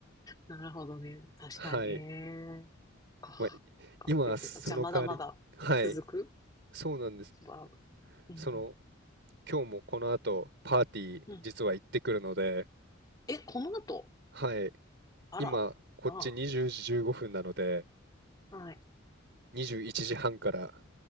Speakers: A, on the left; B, on the right.
A: なるほどね。確かに。
B: はい。
A: ええ。か。
B: まあ、い今、
A: 学生生活。
B: その代わり、
A: じゃあ、まだまだ続く
B: はい。そうなんです。
A: しばらく。うん。
B: その、今日もこの後、パーティー、
A: うん。
B: 実は行ってくるので、
A: え、この後
B: はい。
A: あら、
B: 今、こっち20時15分なので、
A: なあ。はい。
B: 21時半から